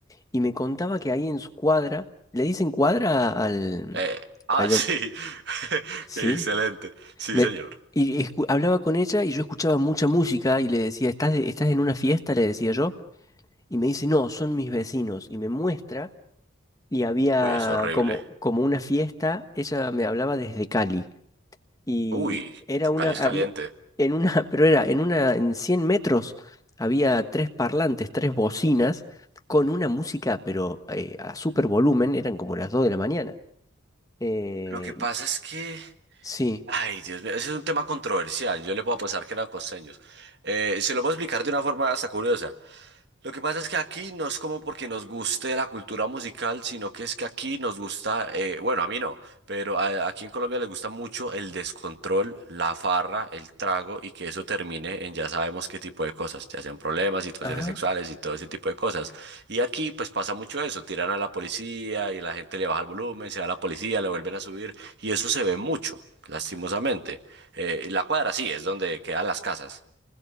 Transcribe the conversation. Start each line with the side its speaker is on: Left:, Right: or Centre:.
Left: Y me contaba que ahí en su cuadra, le dicen cuadra al...
Right: Eh, ah,
Left: ahí don-
Right: sí. <laughs>
Left: ¿sí?
Right: Qué excelente. Sí,
Left: Me,
Right: señor.
Left: y escu- hablaba con ella y yo escuchaba mucha música y le decía, ¿estás, de- estás en una fiesta? Le decía yo. Y me dice, no, son mis vecinos. Y me muestra y había
Right: Uy, es horrible.
Left: como, como una fiesta, ella me hablaba desde Cali. y
Right: Uy,
Left: era una,
Right: Cali
Left: había,
Right: es caliente.
Left: en una, <laughs> pero era en una, en 100 metros había tres parlantes, tres bocinas con una música, pero eh, a súper volumen, eran como las 2 de la mañana. Eh,
Right: Lo que pasa
Left: y-
Right: es que,
Left: sí,
Right: ay, Dios mío, ese es un tema controversial. Yo le puedo pensar que eran costeños. Eh, se lo puedo explicar de una forma hasta curiosa. Lo que pasa es que aquí no es como porque nos guste la cultura musical, sino que es que aquí nos gusta, eh, bueno, a mí no, pero a- aquí en Colombia les gusta mucho el descontrol, la farra, el trago y que eso termine en ya sabemos qué tipo de cosas, ya sean problemas, situaciones
Left: ajá,
Right: sexuales y todo ese tipo de cosas. Y aquí pues pasa mucho eso, tiran a la policía y la gente le baja el volumen, se va la policía, le vuelven a subir y eso se ve mucho, lastimosamente. Eh, y la cuadra sí, es donde quedan las casas.